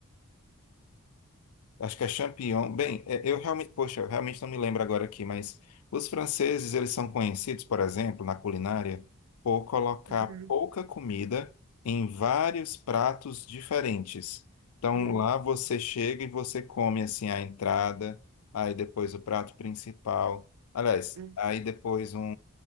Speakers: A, on the left; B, on the right.
A: Acho que é champignon. Bem, é, eu realmente, poxa, eu realmente não me lembro agora aqui, mas os franceses, eles são conhecidos, por exemplo, na culinária, por colocar
B: Uhum.
A: pouca comida em vários pratos diferentes. Então,
B: Hum,
A: lá você chega e você come, assim, a entrada, aí depois o prato principal. Aliás,
B: hum,
A: aí depois um,